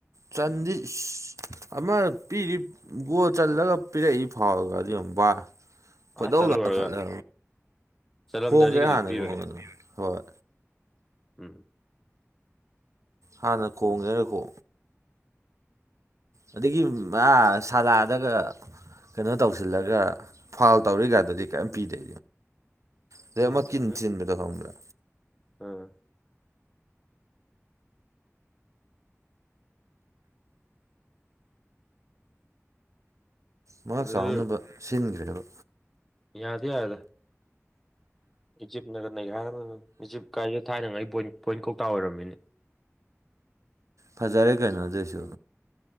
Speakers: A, on the right (about 85°); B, in the centre.
A: ꯆꯥꯟꯗꯤ ꯑꯃ ꯄꯤꯔꯤꯕ ꯒꯣ ꯆꯜꯂꯒ ꯄꯤꯔꯛꯏ ꯐꯥꯎꯔꯒ ꯑꯗꯨ ꯑꯃꯕꯥ
B: ꯑꯥ
A: ꯈꯣꯏꯗꯧ
B: ꯆꯠꯂꯨꯔꯒ
A: ꯂ ꯈꯠꯂꯦ
B: ꯆꯠꯂꯝꯗꯥꯏꯗꯤ
A: ꯍꯣꯡꯒꯦ
B: ꯀꯩꯁꯨ
A: ꯍꯥꯟꯅ
B: ꯄꯤꯔꯣꯏ
A: ꯈꯣꯡꯉꯅꯤ ꯍꯣꯏ
B: ꯎꯝ
A: ꯍꯥꯟꯅ ꯈꯣꯡꯒꯦꯔꯀꯣ ꯑꯗꯒꯤ ꯑꯥ ꯁꯥꯂꯥꯗꯒ ꯀꯩꯅꯣ ꯇꯧꯁꯤꯜꯂꯒ ꯐꯥꯎꯜ ꯇꯧꯔꯤꯒꯗꯨꯗꯤ ꯀꯩꯝ ꯄꯤꯗꯦ ꯑꯗꯩ
B: ꯌꯥꯗ
A: ꯑꯃ ꯀꯤꯟ ꯊꯤꯟꯕꯗꯣ ꯈꯪꯕ꯭ꯔꯥ
B: ꯑꯥ
A: ꯃꯥ
B: ꯑꯗꯨ
A: ꯆꯥꯎꯅꯕ ꯁꯤꯟꯈ꯭ꯔꯦꯕ
B: ꯌꯥꯗꯤ ꯌꯥꯔꯦꯗ ꯏꯖꯤꯞꯅꯒ ꯅꯩꯒꯥꯏꯔꯝꯃꯤꯕꯅꯤ ꯏꯖꯤꯞ ꯀꯥꯏꯖꯦ ꯊꯥꯏꯅꯉꯥꯏꯒꯤ ꯄꯣꯏꯟ ꯀꯧꯇꯥ ꯑꯣꯏꯔꯝꯃꯤꯅꯤ
A: ꯐꯖꯔꯦ ꯀꯩꯅꯣ ꯑꯗꯨꯏꯁꯨ